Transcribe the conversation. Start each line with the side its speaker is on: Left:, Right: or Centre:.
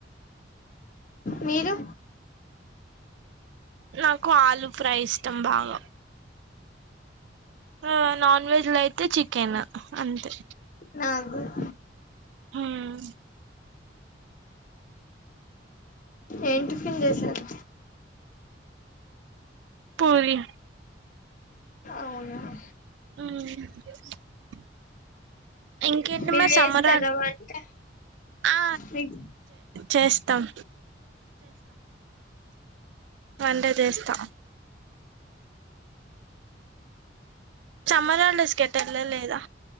Left: మీరు
Right: నాకు ఆలు ఫ్రై ఇష్టం బాగా ఆమ్ నాన్ వెజ్ లో అయితే చికెన్ అంతే
Left: నాకు కూడా.
Right: హమ్
Left: ఏం టిఫిన్ చేశారు
Right: పూరి
Left: అవునా
Right: ఆమ్ ఇంకేంటి
Left: మీరు
Right: మరి
Left: చేస్తారా
Right: సమ్మర్
Left: వంట
Right: ఆ
Left: మీకు
Right: చేస్తాం వంట చేస్తా సమ్మర్ హాలిడేస్ కి ఏటు వెళ్ళలేదా